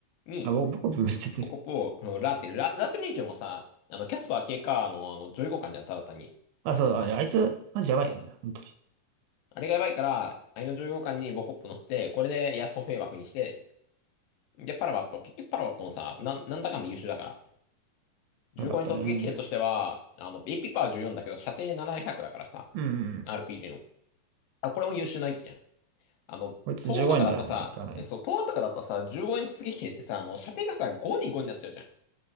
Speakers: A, on the left; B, on the right.
A: に、
B: あ、ぼ僕、めっちゃ強い。
A: ボコップをうんラーテル、ラ、ラーテル20もさ、あの、キャスパー K カーのあの15巻じゃん、ただ単に。
B: あ、そう、あ、あいつ、マジやばいよね。本当に。
A: あれがやばいから、あれの15巻にボコップ乗せて、これで安歩兵枠にして、で、パラバット。結局パラバットもさ、なん、なんだかんだ優秀だから15に突撃兵としては、
B: やばかったね。うん
A: あの、AP パワー14だけど、射程700だからさ、
B: うんうん
A: RPG の。あ、これも優秀な域じゃん。あの、
B: こいつ15円だよね、
A: 東とかだとさ、
B: かなり。
A: え、そう、東とかだとさ、15円突撃兵ってさ、あの、射程がさ、5に5になっちゃうじゃん。